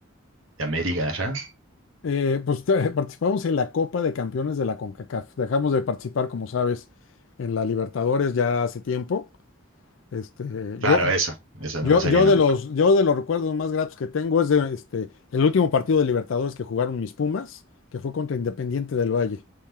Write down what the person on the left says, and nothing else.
Eh, pues <laughs> te- participamos en la Copa de Campeones de la CONCACAF. Dejamos de participar, como sabes, en la Libertadores ya hace tiempo. Este,
yo,
yo,
yo
de los, yo de los recuerdos más gratos que tengo es de, este, el último partido de Libertadores que jugaron mis Pumas, que fue contra Independiente del Valle.